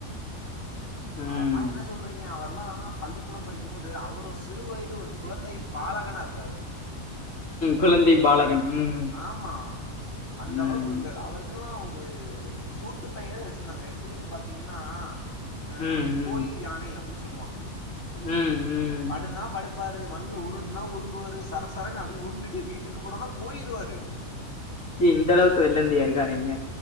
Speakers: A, on the left; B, on the left.
A: ம்
B: அவர்ல்லா என்ன சொல்றீங்க அவர்லா பள்ளிக்கூடம் படிக்கும் போது அவர் ஒ சிறு வயது ஒரு குழந்தை பாலகனா இருந்தாரு
A: குழந்தை பாலகன் ம்
B: ஆம்மா அந்த
A: ம்
B: அளவுக்கு இருந்தது அவருக்கல்லா ஒரு சூட்டுப் பெயரே வெச்சிந்தாங்க எ ப்புடின்னு பாத்தீங்கன்னா அ
A: ம்
B: கோயில்
A: ம்
B: யானை அப்டின் சொல்லுவாங்க
A: ம் ம்
B: படுன்னா படுப்பாரு மண்ணுல உருட்ணா உ ருண்டுவாரு சரசரனு அப்டியே உருண்டுட்டே வீட்டுக்கு போடானா போயிருவாரு
A: இந்த அளவுக்கு வெல்லந்தியா இருக்காரேங்க